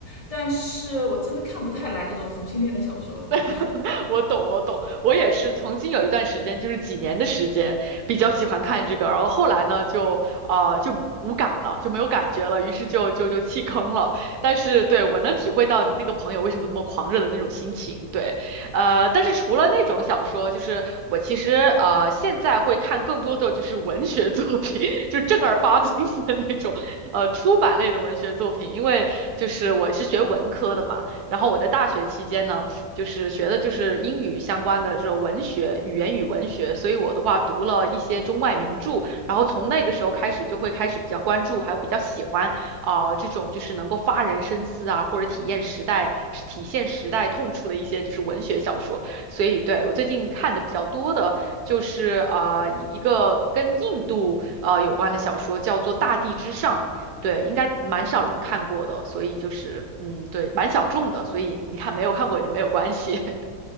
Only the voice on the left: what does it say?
但是我真的看不太来那种同性恋的小说，真的。
哦，